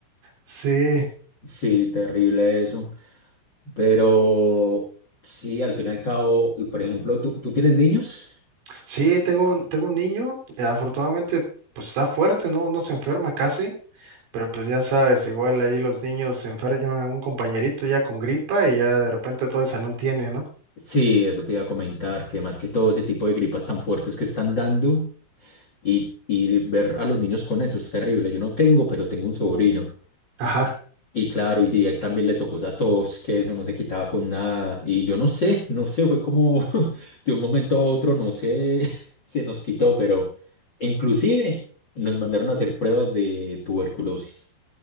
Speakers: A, on the right; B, on the left.
A: Sí,
B: Sí, terrible eso. Pero sí, al fin y al cabo, y por ejemplo, ¿tú, tú tienes niños?
A: sí, tengo, un- tengo un niño, eh, afortunadamente pues está fuerte, ¿no? No se enferma casi, pero pues ya sabes, igual ahí los niños se enferman a un compañerito ya con gripa y ya de repente todo el salón tiene, ¿no?
B: Sí, eso te iba a comentar, que más que todo ese tipo de gripas tan fuertes que están dando y, y ver a los niños con eso es terrible. Yo no tengo, pero tengo un sobrino.
A: Ajá,
B: Y claro, y y a él también le tocó esa tos, que eso no se quitaba con nada. Y yo no sé, no sé, fue como <laughs> de un momento a otro, no sé, <laughs> se nos quitó, pero inclusive nos mandaron a hacer pruebas de tuberculosis.